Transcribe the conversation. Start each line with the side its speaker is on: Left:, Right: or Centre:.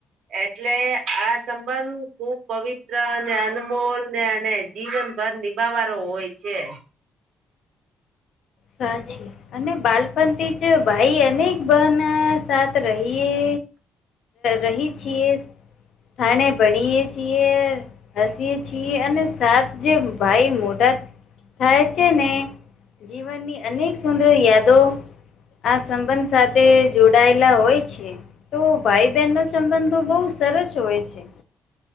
Right: એટલે આ સંબંધ ખુબ પવિત્ર અને અનમોલને અને જીવનભર નિભાવારો હોય છે.
Left: સાચી અને બાલપણથી જ ભાઈ એને બને સાથ રહીએ રહી છીએ. થાણે ભણયે છીએ. હસીએ છીએ અને સાત જે ભાઈ મોટા થાય છેને જીવનની અનેક સુંદર યાદો આ સંબંધ સાથે જોડાયેલા હોય છે. તો ભાઈ બહેનનો સંબંધો બઉ સરસ હોય છે.